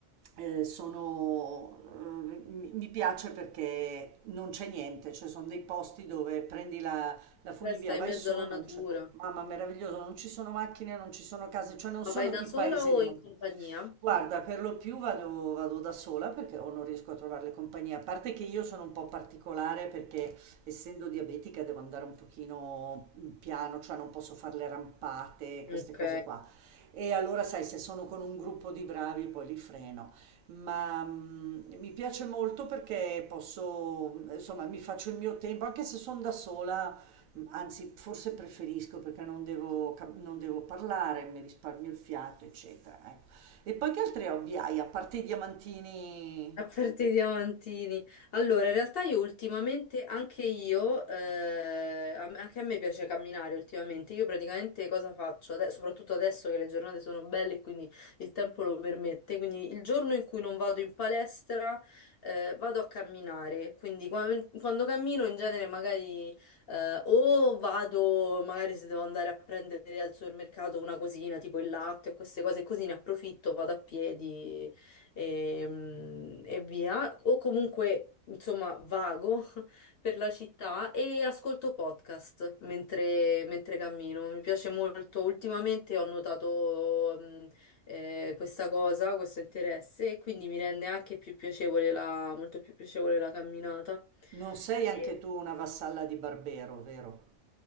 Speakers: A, on the right (about 80°); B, on the left (about 55°).
A: eh, sono, eh, mi mi piace perché non c'è niente, cioè sono dei posti dove prendi la, la funivia,
B: eh, stai
A: vai
B: in mezzo
A: su,
B: alla
A: non
B: natura.
A: c'è, mamma meraviglioso, non ci sono macchine, non ci sono case, cioè non
B: Ma
A: sono
B: vai da
A: i paesi
B: sola o
A: di montagna.
B: in compagnia?
A: Guarda, per lo più vado, vado da sola perché o non riesco a trovare le compagnie, a parte che io sono un po' particolare perché essendo diabetica devo andare un pochino mm, piano, cioè non posso fare le rampate, queste
B: Ok.
A: cose qua. E allora sai, se sono con un gruppo di bravi poi li freno, ma mm, mi piace molto perché posso, insomma, mi faccio il mio tempo, anche se sono da sola, mm, anzi forse preferisco perché non devo, cap- non devo parlare, mi risparmio il fiato, eccetera. ecco. E poi che altri hobby hai? A parte i diamantini,
B: A parte i diamantini. Allora, in realtà io ultimamente, anche io, eh, a me- anche a me piace camminare ultimamente. Io praticamente cosa faccio? Ade- soprattutto adesso che le giornate sono belle e quindi il tempo lo permette. Quindi il giorno in cui non vado in palestra, eh, vado a camminare. Quindi qua- quando cammino in genere magari eh, o vado, magari se devo andare a prendere al supermercato una cosina, tipo il latte o queste cose così, ne approfitto, vado a piedi e, e via, o comunque insomma vago <laughs> per la città e ascolto podcast mentre, mentre cammino. Mi piace molto. Ultimamente ho notato mh, eh, questa cosa, questo interesse, e quindi mi rende anche più piacevole la, molto più piacevole la camminata.
A: non sei anche
B: Sì.
A: tu una vassalla di Barbero, vero?